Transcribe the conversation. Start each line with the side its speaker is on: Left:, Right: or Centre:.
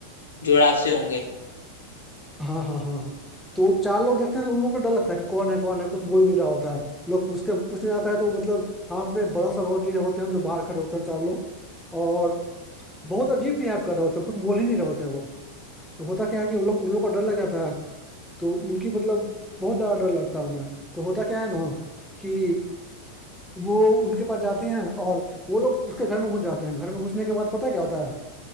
Left: जुड़ाव से होंगे
Centre: हाँ हाँ हाँ हाँ तो वो चार लोग देखते हैं तो उन लोगों को डर लगता है कि कौन है कौन है कुछ बोल नहीं रहा होता है लोग पूछते हैं पूछने जाता है तो मतलब हाथ में बड़ा सा रॉड लिए होते हैं जो बाहर खड़े होते हैं चार लोग और बहुत अजीब बिहेव कर रहे होते हैं कुछ बोल ही नहीं रहे होते हैं वो तो होता क्या है कि उन लोग उन लोग को डर लग जाता है तो उनकी मतलब बहुत ज्यादा डर लगता है उन्हें तो होता क्या है ना कि वो उनके पास जाते हैं और वो लोग उसके घर में घुस जाते हैं घर में घुसने के बाद पता क्या होता है